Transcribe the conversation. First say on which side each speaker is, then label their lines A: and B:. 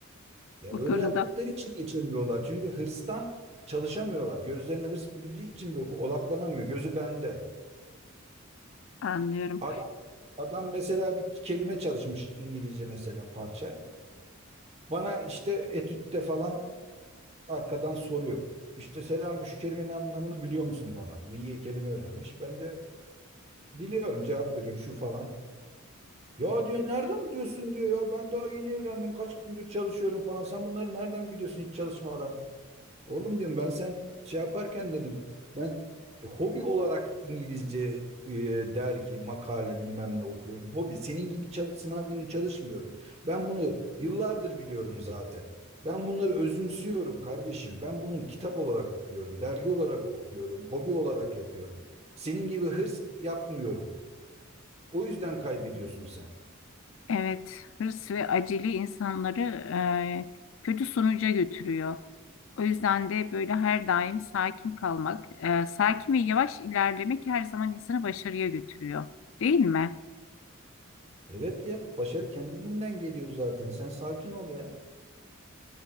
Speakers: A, on the right (about 30°); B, on the left (about 65°).
A: Ya
B: bu
A: öyle
B: konuda.
A: yaptıkları için geçemiyorlar. Çünkü hırstan çalışamıyorlar. Gözlerine hırs bürüdüğü için böyle odaklanamıyor. Gözü bende.
B: Anlıyorum.
A: Adam, adam mesela bir kelime çalışmış İngilizce mesela parça. Bana işte etütte falan arkadan soruyor. İşte selam şu kelimenin anlamını biliyor musun falan. Bir kelime öğrenmiş. Ben de Biliyorum cevap veriyorum şu falan. Ya diyor nereden biliyorsun diyor ya ben daha yeni evlendim kaç gündür çalışıyorum falan. Sen bunları nereden biliyorsun hiç çalışmadan? Oğlum diyorum ben sen şey yaparken dedim ben e, hobi olarak İngilizce e, dergi, makale bilmem ne okuyorum. Hobi senin gibi çal- sınav günü çalışmıyorum. Ben bunu yıllardır biliyorum zaten. Ben bunları özümsüyorum kardeşim. Ben bunun kitap olarak okuyorum, dergi olarak okuyorum, hobi olarak yapıyorum. Senin gibi hırs yapmıyorum. O yüzden kaybediyorsun sen.
B: Evet, hırs ve acele insanları e, kötü sonuca götürüyor. O yüzden de böyle her daim sakin kalmak, e, sakin ve yavaş ilerlemek her zaman insanı başarıya götürüyor, değil mi?
A: Evet ya başarı kendiliğinden geliyor zaten. Sen sakin ol ya.